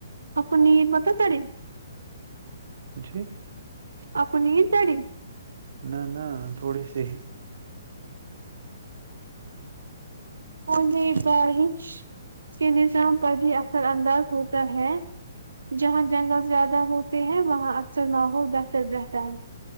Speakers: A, on the right (about 80°); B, on the right (about 65°).
A: آپ کو نیند مت نا چڈی
B: <unintelligible>
A: آپکو نیند چڈی
B: نہ نہ تھوڑی سی
A: اور نئی بارش کے نظام پر بھی اکثر انداز ہوتا ہے جہاں جنگل زیادہ ہوتے ہیں وہاں اکثر ماحول بہتر رہتا ہے